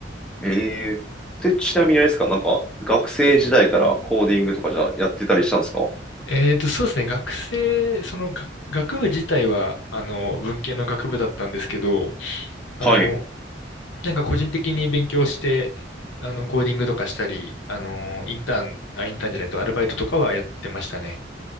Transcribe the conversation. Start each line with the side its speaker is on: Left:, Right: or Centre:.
Centre: ええで、ちなみにあれですか、なんか、学生時代からコーディングとかじゃあやってたりしたんですか
Left: えっと、そうですね。学生、その、が学部自体は、あの、文系の学部だったんですけど、あの、
Centre: はい。
Left: なんか個人的に勉強して、あの、コーディングとかしたり、あの、インターン、あ、インターンじゃないと、アルバイトとかはやってましたね。